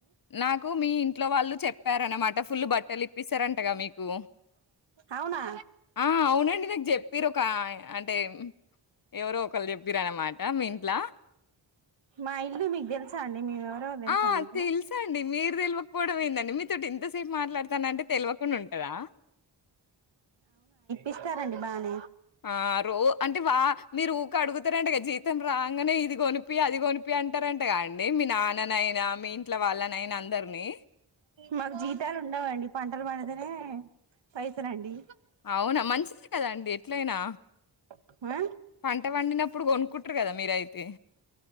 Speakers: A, on the left; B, on the right.
A: నాకు మీ ఇంట్లో వాళ్ళు చెప్పారనమాట ఫుల్ బట్టలు ఇప్పిస్తారంటగా మీకు
B: అవునా
A: ఆ అవునండి నాకు చెప్పిరు ఒక అంటే ఎవరో ఒకలు చెప్పిరు అనమాట మీ ఇంట్ల
B: మా ఇల్లు మీకు తెలుసా అండి మేమెవరో తెలుసా
A: ఆ
B: నీకు
A: తెలుసండి మీరు తెలవకపోవడం ఏందండి మీతో టి ఎంతసేపు మాట్లాడతానంటే తెలవకుండ ఉంటదా
B: ఇస్తారండి బానే
A: ఆ రో అంటే వా మీరు ఊక అడుగుతారటగా జీతం రాంగనే ఇది కొనిపి అది కొనిపి అంటారంటగా అండి మీ నాన్ననయిన మీ ఇంట్లో వాళ్ళనయిన అందరినీ
B: మాకు జీతాలు ఉండవండి పంటలు పండుతనే పైసలండి
A: అవున మంచిది కదాండి ఎట్లయినా
B: ఆ
A: పంట పండినప్పుడు కొనుక్కుంటరు కదా మీరయితే